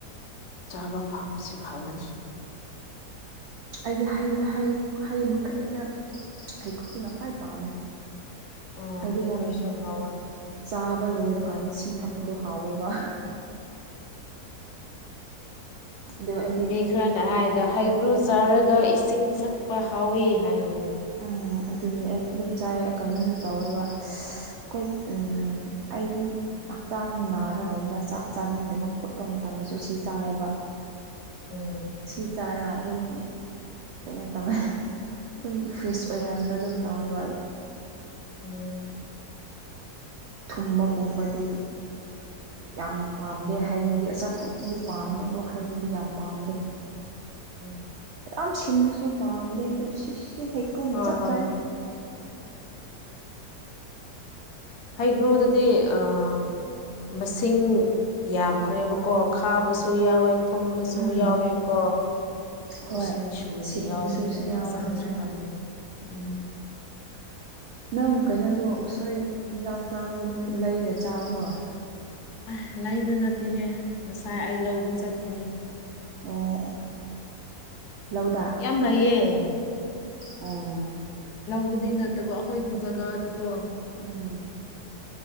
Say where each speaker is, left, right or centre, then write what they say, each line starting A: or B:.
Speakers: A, on the left; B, on the right.
A: ꯆꯥꯕ ꯐꯪꯕꯁꯤ ꯐꯕꯅꯤ
B: ꯑꯩꯗꯤ ꯍꯩ ꯍꯩ ꯍꯩ ꯃꯈꯩꯅ ꯍꯩꯀ꯭ꯔꯨꯅ ꯈ꯭ꯋꯥꯏ ꯄꯥꯝꯃꯦ
A: ꯑꯣ
B: ꯍꯥꯏꯗꯤꯒꯣꯟ
A: ꯍꯩꯒ꯭ꯔꯨꯁꯨ ꯍꯥꯎꯋꯦ
B: ꯆꯥꯕ ꯂꯣꯏꯔꯀꯥꯟꯗ ꯏꯁꯤꯡ ꯊꯛꯄꯗꯣ ꯍꯥꯎꯋꯦꯕ ꯑꯗꯨ ꯑꯩꯒꯤ
A: ꯃꯤ ꯈꯔꯅ ꯍꯥꯏꯗꯣ ꯍꯩꯒ꯭ꯔꯨ ꯆꯥꯔꯒ ꯏꯁꯤꯡ ꯊꯛꯄ ꯍꯥꯎꯋꯤ ꯍꯥꯏꯗꯨꯅꯦ
B: ꯑꯣ ꯑꯗꯨꯒꯤ ꯑꯩꯗꯤ ꯑꯗꯨꯝ ꯆꯥꯏꯌꯦ ꯀꯩꯅꯣꯁꯨ ꯇꯧꯋꯦꯕ ꯑꯩꯈꯣꯏ ꯎꯝ ꯎꯝ ꯑꯩꯗꯤ ꯍꯛꯆꯥꯡ ꯅꯥꯔꯒꯨꯝꯕ ꯆꯥꯛ ꯆꯥꯅꯤꯡꯗꯕ ꯈꯣꯠꯄ ꯃꯇꯝꯗꯁꯨ ꯁꯤ ꯆꯥꯏꯌꯦꯕ
A: ꯎꯝ
B: ꯁꯤ ꯆꯥꯔ ꯑꯗꯨꯝ ꯀꯩꯅꯣ ꯇꯧꯋꯦ ꯑꯗꯨꯝ ꯐ꯭ꯔꯤꯁ ꯑꯣꯏ ꯍꯟꯕ ꯑꯗꯨꯝ ꯇꯧꯋꯦꯕ ꯑꯩ
A: ꯎꯝ
B: ꯊꯨꯝꯕꯒꯨꯝꯕꯗꯤ ꯌꯥꯝ ꯄꯥꯝꯗꯦ ꯍꯩꯒꯤꯗꯤ ꯑꯆꯥꯄꯣꯠꯇꯗꯤ ꯄꯥꯝꯃꯦ ꯑꯗꯣ ꯍꯩꯒꯤꯗꯤ ꯌꯥꯝ ꯄꯥꯝꯗꯦ
A: ꯎꯝ
B: ꯌꯥꯝ ꯁꯤꯟꯕꯁꯨ ꯄꯥꯝꯗꯦ ꯑꯗꯣ ꯁꯤꯁꯤ ꯍꯩꯀ꯭ꯔꯨꯅ
A: ꯍꯣꯏ
B: ꯆꯞ
A: ꯍꯣꯏ
B: ꯆꯥꯏ
A: ꯍꯩꯀ꯭ꯔꯨꯗꯨꯗꯤ ꯑꯥ ꯃꯁꯤꯡ ꯌꯥꯝꯈ꯭ꯔꯦꯕꯀꯣ ꯈꯥꯕꯁꯨ ꯌꯥꯎꯋꯦ ꯊꯨꯝꯕꯁꯨ
B: ꯎꯝ
A: ꯌꯥꯎꯋꯦꯀꯣ
B: ꯍꯣꯏ
A: ꯢꯁꯤꯡꯁꯨꯅ
B: ꯁꯤꯟꯕꯁꯨ
A: ꯌꯥꯎꯕꯅꯤꯅ ꯍꯛꯆꯥꯡꯁꯨ
B: ꯌꯥꯎꯋꯦ ꯍꯥꯏ
A: ꯐꯪꯉꯦ ꯎꯝ
B: ꯅꯪ ꯀꯩꯅꯣꯗꯣ ꯎꯁꯣꯏ ꯍꯤꯟꯖꯥꯡ ꯆꯥꯕꯗꯣ ꯅꯣꯏ ꯂꯩꯔ ꯆꯥꯕ꯭ꯔꯣ
A: ꯑꯥꯢ ꯂꯩꯕ ꯅꯠꯇꯦꯍꯦ ꯉꯁꯥꯏ ꯑꯩ ꯂꯧꯕ ꯆꯠꯄꯅꯦ
B: ꯑꯣ ꯑꯣ ꯂꯧꯗ
A: ꯌꯥꯝ ꯂꯩꯌꯦ
B: ꯑꯣ
A: ꯂꯧꯗꯗꯤ ꯅꯠꯇꯕ ꯑꯩꯈꯣꯏꯒꯤ ꯖꯒꯥꯗꯀꯣ
B: ꯎꯝ